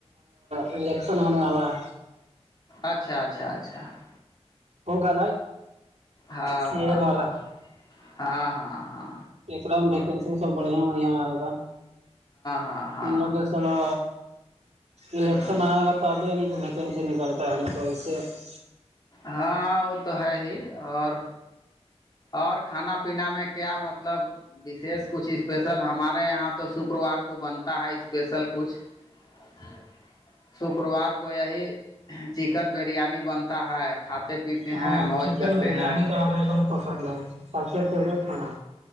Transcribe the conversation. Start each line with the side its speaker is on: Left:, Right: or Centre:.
Right: الیکشن ہونے والا <unintelligible>
Left: اچھا اچھا اچھا <unintelligible>
Right: ہوگا
Left: ہاں
Right: سی
Left: ہاں
Right: ایم والا
Left: ہاں ہاں ہاں ہاں
Right: ایکر میں ویکنسی سب بڑیا بڑیا آ گا
Left: ہاں ہاں ہاں
Right: ان لوگ تھوڑا الیکشن
Left: ہاں
Right: آئے گا تو ابھی نہیں ویکینسی نکلتا ہے تو اس سے <unintelligible>
Left: ہاں وہ تو ہے ہی اور اور کھانا پین میں کیا مطلب بشیش کچھ اسپیشل ہمارے یہاں تو شکروار کو بنتا ہے اسپیشل کچھ <inaudible> شکروار کو یہی چکن بریانی بنتا ہے کھاتے پیتے
Right: ہاں
Left: ہیں موج
Right: چکن
Left: کرتے
Right: بریانی
Left: ہیں
Right: تو آ بہتم پسند ہے سب سے فورٹ کانا